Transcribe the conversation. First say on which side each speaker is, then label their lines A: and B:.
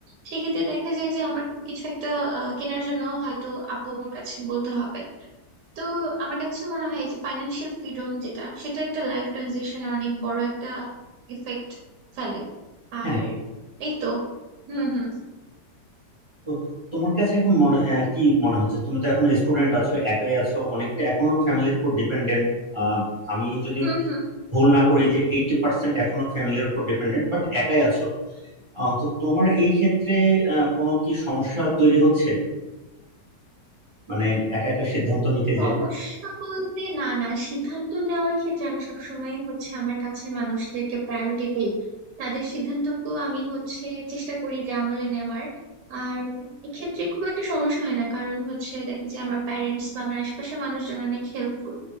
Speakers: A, on the right; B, on the right.
A: সেক্ষেত্রে দেখা যায় যে আমার কোনো কিছু একটা আহ, কেনার জন্য হয়তো আপু আমার কাছে বলতে হবে তো আমার কাছে মনে হয় যে ফাইন্যান্সিয়াল ফ্রিডম যেটা সেটা একটা লাইফ ট্রানজিশন অনেক বড় একটা এফেক্ট ফেলে আর
B: হ্যাঁ
A: এই তো হুম হুম
B: তো তোমার কাছে এখন মনে আহ, কি মনে হচ্ছে তুমি তো এখন স্টুডেন্ট আছো একাই আছো অনেকটা এখনো ফ্যামিলির উপর ডিপেন্ডেন্ট আমি যদি
A: হুম হুম
B: ভুল না করি যে এইটি পার্সেন্ট এখনো ফ্যামিলির উপর ডিপেন্ডেন্ট বাট একাই আছো আহ, তো তোমার এই ক্ষেত্রে আহ, কোনো কি সমস্যা তৈরি হচ্ছে মানে একা একা সিদ্ধান্ত নিতে
A: সমস্যা
B: যে
A: বলতে না না সিদ্ধান্ত নেওয়ার ক্ষেত্রে আমি সবসময় হচ্ছে আমার কাছের মানুষদেরকে প্রায়োরিটি দেই তাদের সিদ্ধান্তকেও আমি হচ্ছে চেষ্টা করি যে আমলে নেওয়ার আর এক্ষেত্রে খুব একটা সমস্যা হয় না কারণ হচ্ছে দেখি যে আমার প্যারেন্টস বা আমার আশেপাশের মানুষজন অনেক হেল্পফুল